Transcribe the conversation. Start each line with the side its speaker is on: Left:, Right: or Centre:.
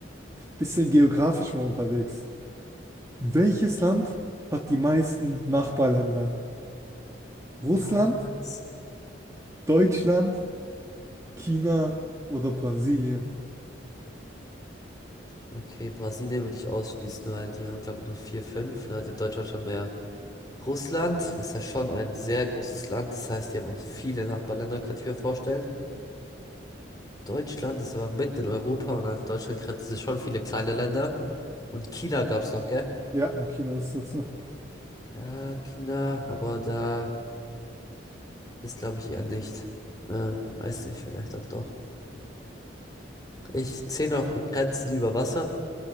Right: bisschen geografisch mal unterwegs. Welches Land hat die meisten Nachbarländer? Russland,
Left: krass.
Right: Deutschland, China oder Brasilien?
Left: Okay, Brasilien würde ich ausschließen, weil die haben, glaube ich, nur vier, fünf. Da hat Deutschland schon mehr. Russland ist ja schon ein sehr großes Land, das heißt, die haben auch viele Nachbarländer, könnte ich mir vorstellen. Deutschland ist aber mitten in Europa und an Deutschland grenzen sich schon viele kleine Länder. Und China gab's noch, gell?
Right: Ja, im Kino ist das so.
Left: Ja, China, aber da ist, glaube ich, eher nicht. Äh, weiß nicht, vielleicht auch doch. Ich zähle noch Grenzen über Wasser.